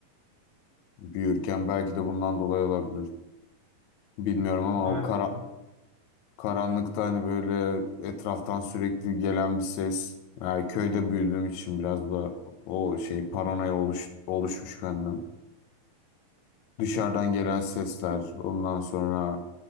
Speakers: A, on the left (about 75°); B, on the right (about 25°).
A: büyürken. Belki de bundan dolayı olabilir. Bilmiyorum ama
B: gayet
A: o kara
B: iyi abi.
A: Karanlıkta hani böyle etraftan sürekli gelen bir ses. Yani köyde büyüdüğüm için biraz da o şey paranoya oluş, oluşmuş benden. Dışarıdan gelen sesler, ondan sonra